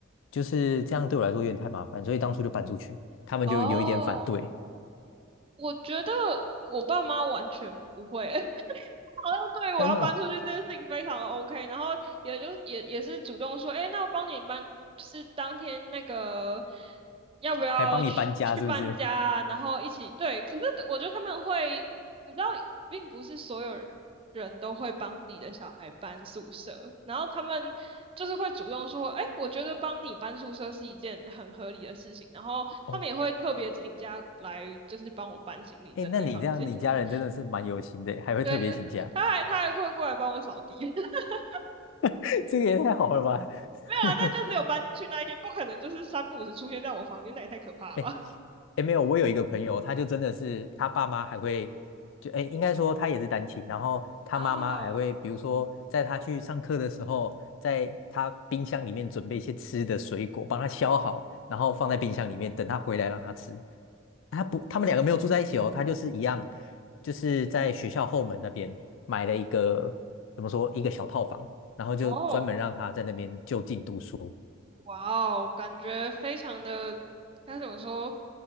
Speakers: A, on the left; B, on the right.
A: 就是这样对我来说有点太麻烦，所以当初就搬出去，他们就有一点反对，
B: 哦，我觉得我爸妈完全不会，<laughs> 因为好像对我要搬出去这件事情非常的
A: <laughs> 真的哦。
B: OK，然后也就也也是主动说，哎，欸那我帮你搬，就是当天那个要不要去去搬家啊，
A: 还帮你搬家是不是？
B: 然后一起对。可是我觉得他们会，你知道，并不是所有人都会帮自己的小孩搬宿舍，然后他们就是会主动说，哎，欸我觉得帮你搬宿舍是一件很合理的事情，然后他们也会特别请假来，
A: 哦。
B: 就是帮我搬行李、整理房间。
A: 哎，那你这样，你家人真的是蛮有心的，
B: <laughs>
A: 还会特别请假，
B: 对，呃他还他还会过来帮我扫地，<laughs>
A: <laughs> 这个也太好了吧？
B: 没有啊，
A: <laughs>
B: 但就只有搬进去那一天，不可能就是三不五时出现在我房间，那也太可怕了吧？
A: 哎
B: <laughs>
A: 哎，没有，我有一个朋友，他就真的是他爸妈还会，就哎，应该说他也是单亲，然后他妈妈还会，
B: 啊，
A: 比如说在他去上课的时候，在他冰箱里面准备一些吃的水果，帮他削好，然后放在冰箱里面，
B: 哦
A: 等他回来让他吃。他不，他们两个没有住在一起哦，他就是一样，就是在学校后门那边买了一个，怎么说，一个小套房，然后就专门让他在那边就近读书。
B: 哦，哇哦，感觉非常的，该怎么说，